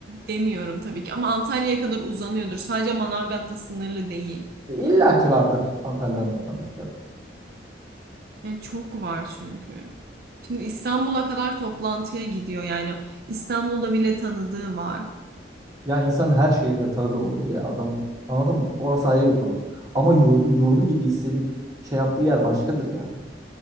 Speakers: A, on the right (about 55°); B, on the right (about 20°).
A: demiyorum tabii ki ama Antalya'ya kadar uzanıyordur. Sadece Manavgat'la sınırlı değil.
B: E, İlla ki vardır Antalya'nın tanıdıkları.
A: Yani çok var çünkü. Şimdi İstanbul'a kadar toplantıya gidiyor. Yani İstanbul'da bile tanıdığı var.
B: Ya insanın her şehirde tanıdığı olur ya adamın. Anladın mı? Orası ayrı bir konu. Ama yurdu, yurdu gibi hissedip şey yaptığı yer başkadır yani.